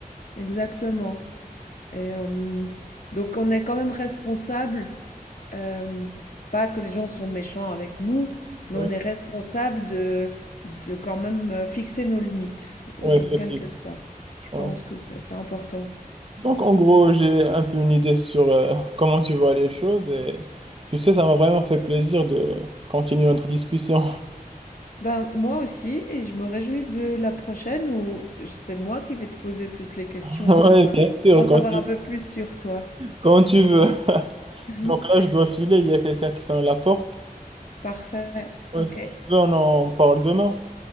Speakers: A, on the left; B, on the right.
A: Exactement et hem, donc on est quand même responsable euh, pas que les gens sont méchants avec nous, mais
B: Oui.
A: on est responsable de, de quand même euh, fixer nos limites, euh,
B: Oui, effectivement.
A: quelles qu'elles soient. Je
B: Ouais.
A: pense que c'est c'est important.
B: Donc, en gros, j'ai un peu une idée sur euh, comment tu vois les choses et tu sais, ça m'a vraiment fait plaisir de continuer notre discussion.
A: Ben, moi aussi, et je me réjouis de la prochaine où je- c'est moi qui vais te poser plus les questions
B: <laughs> Oui,
A: pour euh,
B: bien sûr,
A: en savoir
B: quand tu,
A: un peu plus sur toi.
B: quand tu veux. <laughs>
A: <laughs>
B: Donc là, je dois filer, il y a quelqu'un qui sonne à la porte.
A: Parfait.
B: Ouais,
A: Ok.
B: si tu veux, on en parle demain.